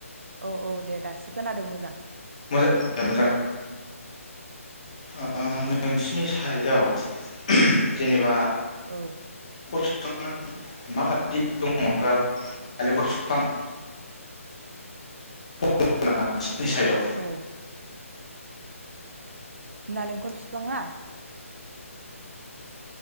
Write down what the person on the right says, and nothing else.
औ औ दे दासो खोनादों मोजां
औ
औ नालेंखर बिफाङा